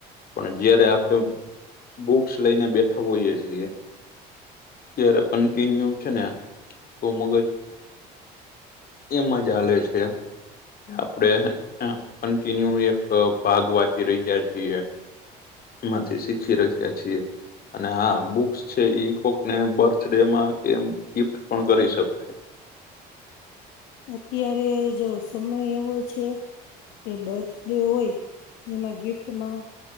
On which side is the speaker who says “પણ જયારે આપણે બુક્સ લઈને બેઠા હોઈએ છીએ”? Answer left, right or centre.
Left